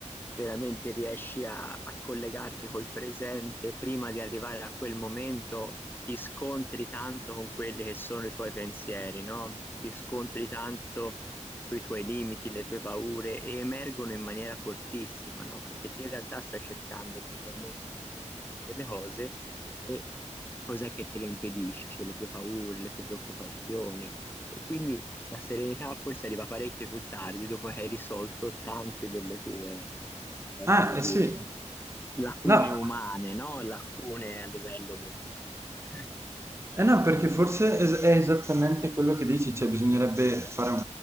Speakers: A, on the left; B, on the right.
A: veramente riesci a, a collegarti col presente prima di arrivare a quel momento, ti scontri tanto con quelli che sono i tuoi pensieri, no? Ti scontri tanto sui tuoi limiti, le tue paure e emergono in maniera fortissima, no? Perché te in realtà stai cercando di connetterti con il resto delle cose e cos'è che te lo impedisce, le tue paure, le tue preoccupazioni. E quindi la serenità forse arriva parecchio più tardi, dopo che hai risolto tante delle tue, eh,
B: Ah,
A: come
B: eh
A: dire,
B: sì.
A: lacune
B: No,
A: umane, no? Lacune a livello mentale. <laughs>
B: Eh no, perché forse es- è esattamente quello che dici, cioè bisognerebbe fare un-